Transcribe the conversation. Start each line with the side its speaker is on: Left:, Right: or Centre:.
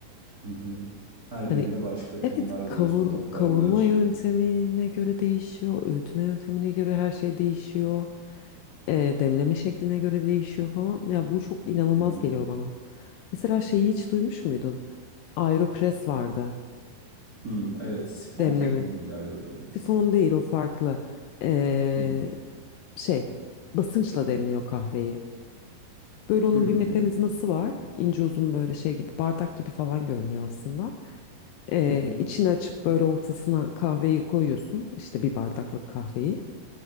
Right: Hı hı. Her
Left: Hani
Right: birinde başka tonlar
Left: evet kavur,
Right: buluyorsun, tatlar
Left: kavurma
Right: buluyorsun.
Left: yöntemine göre değişiyor, öğütme yöntemine göre her şey değişiyor. E, demleme şekline göre değişiyor falan. Ya bu çok inanılmaz
Right: Hı hı.
Left: geliyor bana. Mesela şeyi hiç duymuş muydun? Aeropress vardı.
Right: Hı, evet, sifon
Left: Demleme.
Right: tekniği miydi Aeropress?
Left: Sifon değil o farklı. E,
Right: Hı.
Left: şey basınçla demliyor kahveyi. Böyle onun
Right: Hı.
Left: bir mekanizması var. İnce uzun böyle şey gibi bardak gibi falan görünüyor aslında. Ee,
Right: Hı hı.
Left: içini açıp böyle ortasına kahveyi koyuyorsun. İşte bir bardaklık kahveyi.